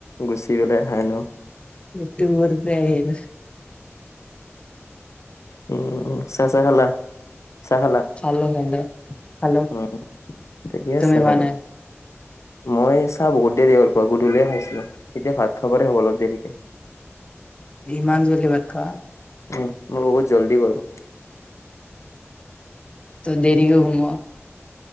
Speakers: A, on the left; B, on the left.
A: গুচি <unintelligible> এনেও
B: ট বৰদেয় <unintelligible>
A: উম, চা-চা খালা, চাহ খালা?
B: খালো খালো খালো
A: উম, ঠিকে
B: তুমি
A: আছে
B: খোৱা
A: বাৰু
B: নাই
A: মই চাহ বহুত দেৰি হ'ল, ঘৰত গধূলিয়ে খাইছিলো, এতিয়া ভাত খাবৰে হ'ব অলপ দেৰিকে <unintelligible> <inaudible>
B: ইমান জল্দি ভাত খোৱা?
A: উম, মই বহুত জল্দি কৰো।
B: ত দেৰিকে ঘুমা?